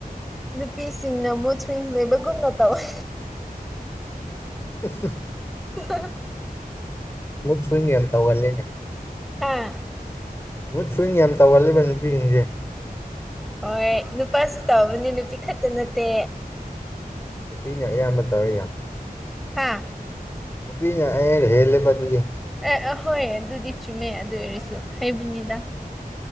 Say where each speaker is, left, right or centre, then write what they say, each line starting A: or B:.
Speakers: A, in the centre; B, on the left.
A: ꯅꯨꯄꯤꯁꯤꯡꯅ ꯃꯨꯊꯁꯤꯡ ꯂꯩꯕꯒꯨꯝꯅ ꯇꯧꯋꯦ
B: <unintelligible>
A: <unintelligible>
B: ꯍꯣꯏꯅꯦ ꯇꯧꯒꯜꯂꯦꯅꯦ
A: ꯍꯥꯥ
B: ꯃꯨꯠ ꯁꯨꯋꯤꯡ ꯌꯥꯝ ꯇꯧꯍꯜꯂꯤꯕ ꯅꯨꯄꯤꯁꯤꯡꯁꯦ
A: ꯍꯣꯏ ꯅꯨꯄꯥꯁꯨ ꯇꯧꯕꯅꯦ ꯅꯨꯄꯤ ꯈꯛꯇ ꯅꯠꯇꯦ
B: ꯅꯨꯄꯤꯅ ꯑꯌꯥꯝꯕ ꯇꯧꯔ ꯌꯥꯝ
A: ꯍꯥꯥ
B: ꯄꯤ ꯅ ꯑꯦ ꯍꯦꯂꯦ ꯄꯗꯨꯗꯤ
A: ꯑꯦ ꯑꯍꯣꯏ ꯑꯗꯨꯗꯤ ꯆꯨꯝꯃꯦ ꯑꯗꯨ ꯑꯣꯏꯔꯁꯨ ꯍꯩꯕꯨꯅꯤꯗ